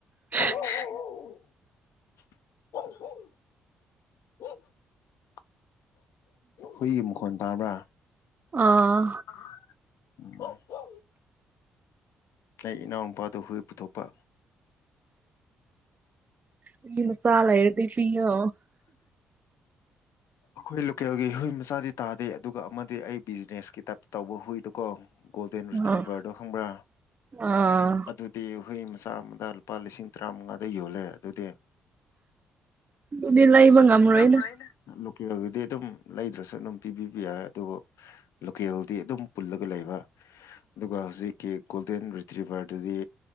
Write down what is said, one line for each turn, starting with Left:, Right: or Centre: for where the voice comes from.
Right: <unintelligible>
Left: <unintelligible> ꯍꯨꯏꯒꯤ ꯃꯈꯣꯟ ꯇꯥꯕ꯭ꯔꯥ
Right: ꯑꯥ
Left: <unintelligible> ꯑꯩ ꯏꯅꯥꯎꯅꯨꯄꯥꯗꯨ ꯍꯨꯏ ꯄꯨꯊꯣꯛꯄ
Right: ꯍꯨꯏ ꯃꯆꯥ ꯂꯩꯔꯗꯤ ꯄꯤꯌꯣ
Left: ꯑꯈꯣꯏ ꯂꯣꯀꯦꯜꯒꯤ ꯍꯨꯏ ꯃꯆꯥꯗꯤ ꯇꯥꯗꯦ ꯑꯗꯨꯒ ꯑꯃꯗꯤ ꯑꯩ ꯕꯤꯖꯤꯅꯦꯁꯀꯤ ꯇꯥꯏꯞꯇ ꯇꯧꯕ ꯍꯨꯏꯗꯣ ꯀꯣ ꯒꯣꯜꯗꯦꯟ ꯔꯤꯇ꯭ꯔꯤꯚꯔꯗꯣ
Right: ꯑꯥ
Left: ꯈꯪꯕ꯭ꯔꯥ
Right: ꯑꯥ
Left: ꯑꯗꯨ ꯗꯤ ꯍꯨꯏ ꯃꯆꯥ ꯑꯝꯗ ꯂꯨꯄꯥ ꯂꯤꯁꯤꯡ ꯇ꯭ꯔꯥꯃꯉꯥꯗ ꯌꯣꯜꯂꯦ ꯑꯗꯨꯗꯤ
Right: ꯑꯗꯨꯗꯤ ꯂꯩꯕ
Left: ꯆꯠꯄ
Right: ꯉꯝꯔꯣꯏꯗ
Left: ꯉꯝꯔꫭꯏꯗ ꯂꯣꯀꯦꯜꯗꯗꯤ ꯑꯗꯨꯝ ꯂꯩꯗ꯭ꯔꯁꯨ ꯑꯗꯨꯝ ꯄꯤꯕꯤꯕ ꯌꯥꯏ ꯑꯗꯨ ꯂꯣꯀꯦꯜꯗꯤ ꯑꯗꯨꯝ ꯄꯨꯜꯂꯒ ꯂꯩꯕ ꯑꯗꯨꯒ ꯍꯧꯖꯤꯛꯀꯤ ꯒꯣꯜꯗꯦꯟ ꯔꯤꯇ꯭ꯔꯤꯚꯔ ꯗꯨꯗꯤ